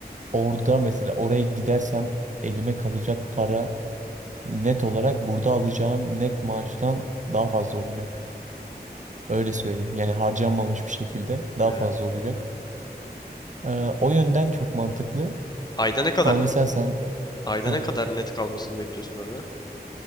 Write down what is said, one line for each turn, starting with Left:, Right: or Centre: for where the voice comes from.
Right: Orada mesela oraya gidersem elime kalacak para net olarak burada alacağım net maaştan daha fazla olacak. Öyle söyleyeyim. Yani harcanmamış bir şekilde daha
Left: E,
Right: fazla olacak. Ee, o yönden çok mantıklı.
Left: ayda ne kadar
Right: Ama mesela sen
Left: ayda
Right: eh,
Left: ne kadar net kalmasını bekliyorsun orada?